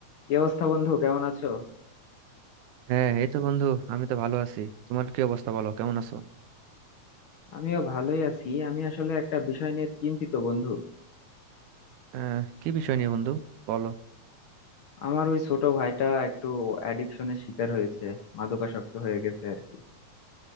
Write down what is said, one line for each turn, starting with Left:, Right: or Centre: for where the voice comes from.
Left: কি অবস্থা বন্ধু কেমন আছো
Right: হ্যাঁ এই তো বন্ধু আমি তো ভালো আছি তোমার কি অবস্থা বলো কেমন আছো
Left: আমিও ভালোই আছি আমি আসলে একটা বিষয় নিয়ে চিন্তিত বন্ধু
Right: আহ কি বিষয় নিয়ে বন্ধু বলো
Left: আমার ওই ছোট ভাইটা একটু অ্যাডিকশনের শিকার হয়েছে মাদকাসক্ত হয়ে গেছে আর কি